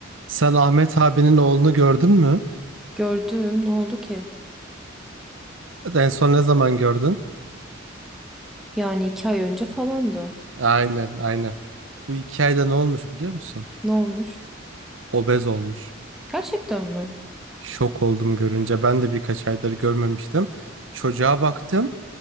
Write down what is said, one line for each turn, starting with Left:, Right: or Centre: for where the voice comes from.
Right: Sen Ahmet abinin oğlunu gördün mü?
Centre: Gördüm. Ne oldu ki?
Right: En son ne zaman gördün?
Centre: Yani iki ay önce falandı.
Right: Aynen, aynen. Bu iki ayda ne olmuş biliyor musun?
Centre: Ne olmuş?
Right: Obez olmuş.
Centre: Gerçekten mi?
Right: Şok oldum görünce. Ben de birkaç aydır görmemiştim. Çocuğa baktım.